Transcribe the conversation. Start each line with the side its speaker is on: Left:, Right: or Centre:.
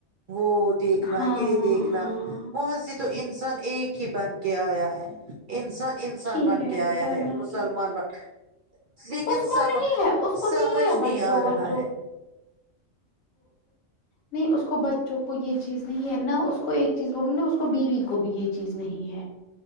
Right: وہ دیکھنا
Left: ہاں
Right: یہ دیکھنا
Left: ہاں
Right: وہاں سے تو انسان ایک ہی بن <unintelligible> آ ہے انسان انسان
Left: ہے
Right: بن کے آیا
Left: ورنہ
Right: ہے مسلمان
Left: کیا
Right: بن لیکن
Left: اس کو
Right: سم
Left: نہیں ہے اس کو
Right: سمجھ
Left: ہے
Right: نہیں
Left: بچوں
Right: آ
Left: بچوں
Right: رہا ہے
Left: نہیں اس کو بچوں کو یہ چیز نہیں ہے نہ اس کو ایک چیز بول اس کو بیوی کو بھی یہ چیز نہیں ہے